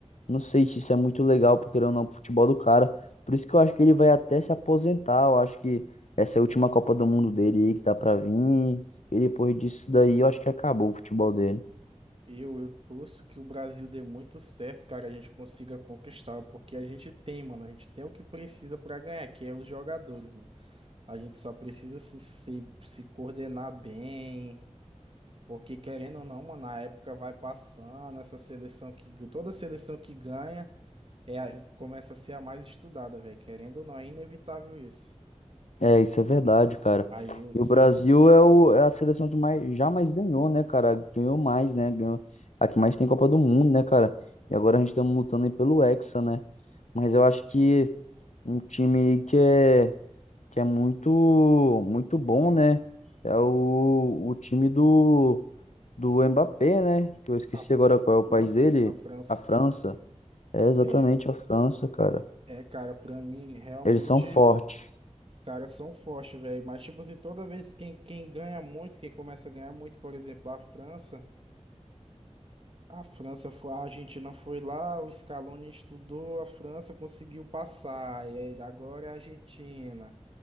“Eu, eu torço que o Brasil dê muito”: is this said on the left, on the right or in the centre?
Right